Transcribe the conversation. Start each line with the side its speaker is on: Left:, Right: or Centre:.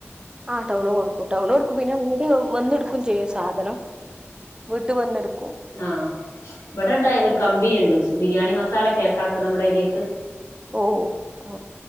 Right: ആ ടൗണ് കൊടുക്കും. ടൗൺ കൊടുക്കും പിന്നെ ഇങ്ങട്ട് വന്നെട്ക്കും ചെയ്യും സാധനം വീട്ട് വന്ന്ടുക്കും
Left: ആ ഇവിടെ ഇണ്ട ഒരു കമ്പിനിണ്ട്. ബിരിയാണി മസാല പേക്കാക്ക്ണെ, ഇവിടെരിയത്ത്
Right: ഓ ഓ